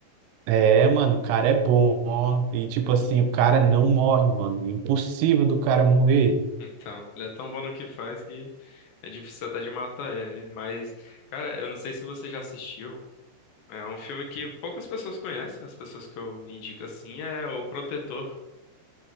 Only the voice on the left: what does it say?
Então, ele é tão bom no que faz que é difícil até de matar ele. Mas, cara, eu não sei se você já assistiu. É um filme que poucas pessoas conhecem. As pessoas que eu indico assim é O Protetor.